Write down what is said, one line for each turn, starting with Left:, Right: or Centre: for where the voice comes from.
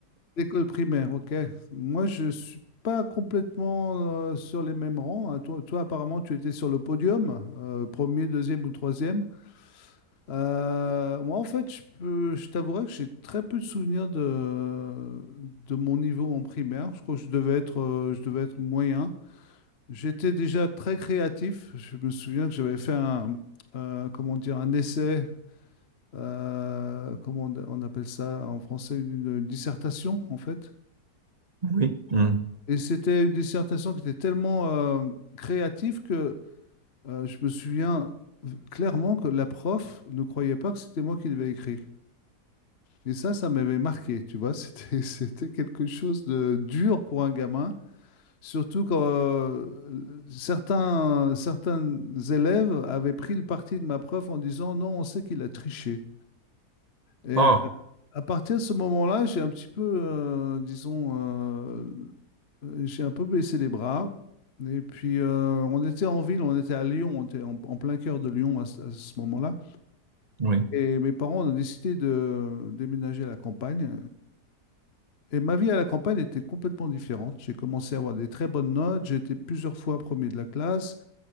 Left: L'école primaire, ok. Moi, je suis pas complètement euh, sur les mêmes rangs. Euh, Toi, toi, apparemment, tu étais sur le podium, euh, premier, deuxième ou troisième. Euh, moi, en fait, je peux, je t'avouerai que j'ai très peu de souvenirs de, de mon niveau en primaire. Je crois que je devais être, euh, je devais être moyen. J'étais déjà très créatif. Je me souviens que j'avais fait un, euh, comment dire, un essai. euh, comment on on appelle ça en français, une une dissertation, en fait.
Right: Oui. Mm.
Left: Ouais. Et c'était une dissertation qui était tellement euh, créative que euh, je me souviens clairement que la prof ne croyait pas que c'était moi qui l'avais écrit. Et ça, ça m'avait marqué, tu vois. <laughs> C'était, c'était quelque chose de dur pour un gamin, surtout quand euh, certains, certains élèves avaient pris le parti de ma prof en disant non, on sait qu'il a triché. Et
Right: Ah,
Left: à partir de ce moment-là, j'ai un petit peu, euh, disons, euh, euh, j'ai un peu baissé les bras. Et puis, euh, on était en ville, on était à Lyon, on était en, en plein cœur de Lyon à, ce à ce moment-là.
Right: oui.
Left: Et mes parents ont décidé de déménager à la campagne. Et, et ma vie à la campagne était complètement différente. J'ai commencé à avoir des très bonnes notes, j'ai été plusieurs fois premier de la classe.